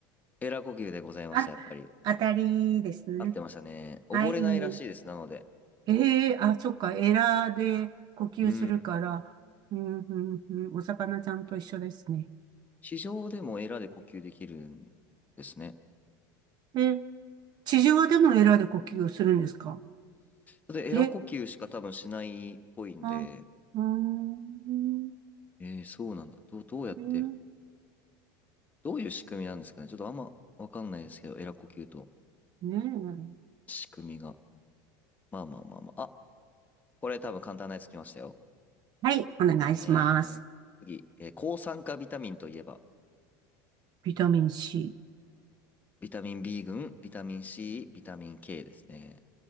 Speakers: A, on the left (about 15°); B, on the right (about 45°).
A: エラ呼吸でございました、
B: あ、
A: やっぱり。
B: 当たりですね。
A: 合ってましたね。溺れないらしいです、
B: はい。
A: なので。
B: ええあ、そっか、エラで呼吸するから、
A: うん。
B: うん、うん、うん、お魚ちゃんと一緒ですね。
A: 地上でもエラで呼吸できるんですね。
B: え、地上でもエラで呼吸をするんですか
A: で、エラ呼吸しか多分しないっぽいんで、
B: え、あ、うーん、
A: えー、そうなんだ。どう、どうやって、
B: ね
A: どういう仕組みなんですかね。ちょっとあんまわかんないですけど、エラ呼吸と
B: ねえ。
A: 仕組みが。まあまあまあまあ。あ、これ多分簡単なやつきましたよ。
B: はい、お願いします。
A: えー、次、えー抗酸化ビタミンといえば、
B: ビタミン C。
A: ビタミン B 群、ビタミン C、ビタミン K ですね。